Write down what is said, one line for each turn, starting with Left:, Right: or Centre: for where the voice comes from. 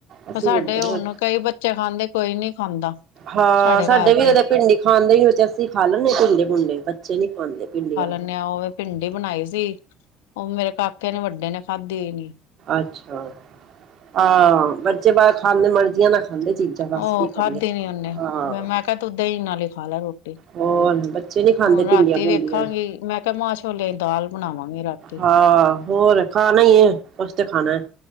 Right: ਅਸੀਂ
Left: ਸਾਡੇ
Right: ਵੀ ਏਦਾਂ
Left: ਹੁਣ ਕਈ ਬੱਚੇ ਖਾਂਦੇ। ਕੋਈ ਨੀ ਖਾਂਦਾ।
Right: ਹਾਂ ਸਾਡੇ
Left: ਘਰ
Right: ਵੀ
Left: ਤੇ
Right: ਭਿੰਡੀ ਖਾਂਦੇ ਹੀ ਹੋ ਅਸੀਂ ਖਾ ਲੈਂਦੇ ਹ ਭਿੰਡੇ ਭੂੰਡੇ ਬੱਚੇ ਨੀ ਖਾਂਦੇ ਭਿੰਡੀਆਂ ਨੂੰ।
Left: ਉਹ ਭਿੰਡੀ ਬਣਾਈ ਸੀ ਉਹ ਮੇਰੇ ਕਾਕੇ ਨੇ ਵੱਡੇ ਨੇ ਖਾਧੀ ਨ।
Right: ਅੱਛਾ ਹਾਂ ਬੱਚੇ ਬਾਹਰ ਖਾਂਦੇ ਮਰਜ਼ੀਆਂ ਨਾ ਖਾਂਦੇ ਚੀਜ਼ਾਂ। ਬਸ
Left: ਉਹ
Right: ਕੀ ਕਰੀਏ
Left: ਖਾਧੀ ਨੀ ਉਹਨੇ
Right: ਹਾਂ
Left: ਮੈਂ ਕਿਹਾ ਤੂੰ ਦਹੀਂ ਨਾਲ ਹੀ ਖਾ ਲੈ ਰੋਟੀ।
Right: ਹੋਰ ਬੱਚੇ ਨੀ ਖਾਂਦੇ
Left: ਹੁਣ
Right: ਭਿੰਡੀਆਂ
Left: ਰਾਤੀ
Right: ਭੁੰਡੀਆਂ
Left: ਵੇਖਾਂਗੀ ਮੈਂ ਕਿਹਾ ਮਾਂ ਛੋਲਿਆਂ ਦੀ ਦਾਲ ਬਣਾਵਾਂਗੀ ਰਾਤੀ
Right: ਹਾਂ ਹੋਰ ਖਾਣਾ ਹੀ ਹੈ ਕੁਛ ਤੇ ਖਾਣਾ ਹੈ।